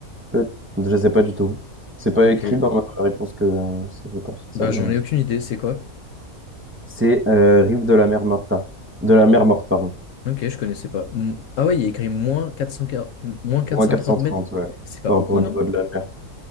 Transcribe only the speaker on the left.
ok.
Bah,
j'en ai aucune idée, c'est quoi?
Ok, je connaissais pas. M- Ah ouais, il y a écrit moins 400, m- moins 430
mètres.
C'est pas
beaucoup,
non?